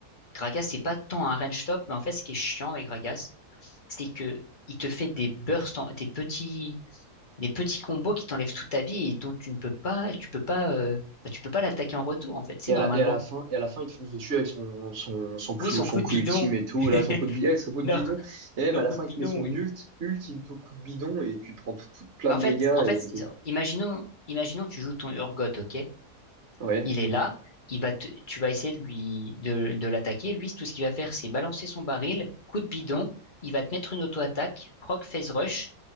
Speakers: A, on the left; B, on the right.
A: Gragas c'est pas tant un range top, mais en fait ce qui est chiant avec Gragas, c'est que il te fait des bursts, en- des petits, des petits combos qui t'enlèvent toute ta vie et dont tu ne peux pas, tu peux pas, euh, bah, tu peux pas l'attaquer en retour en fait, c'est
B: Et
A: normalement.
B: à la, et à la fin, et à la fin, il te fonce dessus avec son, son, son coup,
A: Oui, son
B: son
A: coup
B: coup
A: de bidon.
B: ultime et tout,
A: <laughs>
B: là, son coup de billet, son coup de
A: Non.
B: bidon. Et même
A: Un
B: à
A: coup
B: la fin,
A: de bidon,
B: il te met son
A: oui.
B: ult, ultime tout coup de bidon et tu prends tout, tout- plein
A: Bah
B: de
A: en fait,
B: dégâts
A: en fait, c'est-
B: et t'es...
A: imaginons, imaginons tu joues ton Urgot, ok?
B: Ouais.
A: Il est là, il va te- tu vas essayer de lui de, de l'attaquer. Lui, tout ce qu'il va faire, c'est balancer son baril, coup de bidon, il va te mettre une auto-attaque, proc phase rush.